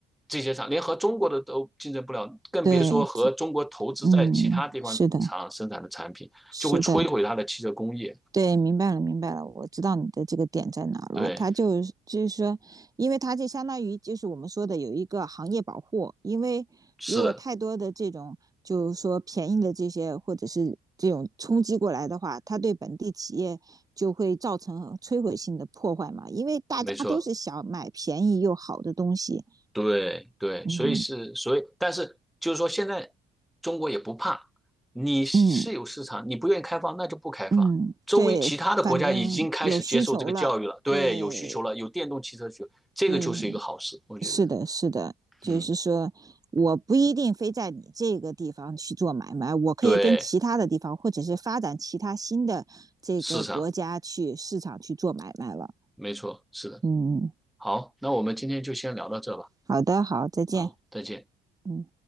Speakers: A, in the centre; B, on the right.
A: 这些厂，连和中国的都竞争不了，更别说和中国投资在其他地方厂生产的产品，
B: 对，这嗯，是的，是的。
A: 就会摧毁它的汽车工业。
B: 对，明白了，明白了，我知道你的这个点在哪了。
A: 对，
B: 它就是就是说，因为它就相当于就是我们说的有一个行业保护，因为如果太多的这种就是说便宜的这些或者是这种冲击过来的话，
A: 是的，
B: 它对本地企业就会造成摧毁性的破坏嘛。因为大家都是想买便宜又好的东西，
A: 没错，对对，
B: 嗯
A: 所以是所以，但是就是说，现在中国也不怕，你是有市场，
B: 嗯
A: 你不愿意开放，那就不开放。
B: 嗯，
A: 周围其他的国家已经开始接受这个教育了，
B: 对，反正有需求了，
A: 对，
B: 对
A: 有需求了，有电动汽车需求，这个就是一个好事，
B: 对。
A: 我觉得，
B: 是的，是的，就是说，
A: 嗯，
B: 我不一定非在你这个地方去做买卖，我可以跟其他的地方，
A: 对，
B: 或者是发展其他新的这个国家去市场去做买卖了。
A: 市场没错，是的。
B: 嗯，
A: 好，那我们今天就先聊到这吧。
B: 好的，好，再见。
A: 好，再见。
B: 嗯。